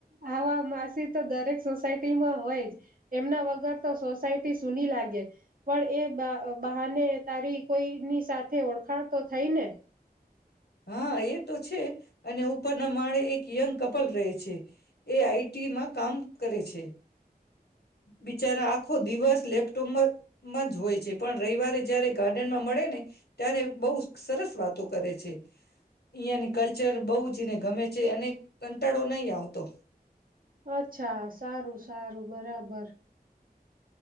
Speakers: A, on the right (about 60°); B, on the left (about 80°).
A: આવા માસી તો દરેક સોસાયટીમાં હોય જ એમના વગર તો સોસાયટી સુૂની લાગે પણ એ બા બહાને તારી કોઈની સાથે ઓળખાણ તો થઈને
B: હા એ તો છે અને ઉપરના માળે એક યંગ કપલ રહે છે એ આ ઈ ટી માં કામ કરે છે. બિચારા આખો દિવસ લેપટોપમાં માં જ હોય છે. પણ રવિવારે જયારે ગાર્ડન માં મળે ને ત્યાંને બહુ સરસ વાતો કરે છે અહીંયા ની કલ્ચર બહુ જ ને ગમે છે અને કંટાળો નહીં આવતો.
A: અચ્છા સારું સારું બરા બાર